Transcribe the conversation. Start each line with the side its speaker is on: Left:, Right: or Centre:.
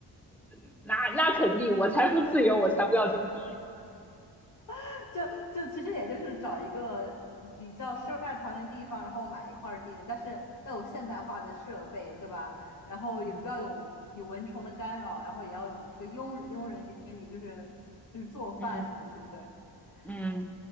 Centre: <laughs> 那那肯定，我财富自由，我才不要种地。
Left: <laughs> 就就其实也就是找一个比较世外桃源的地方，然后买一块儿地，但是要有现代化的设备，对吧？然后也不要有有蚊虫的干扰，
Centre: 嗯
Left: 然后也要有这个佣佣人给给你就是就是做饭什么的，
Centre: 嗯
Left: 对不对？<laughs>
Centre: 嗯，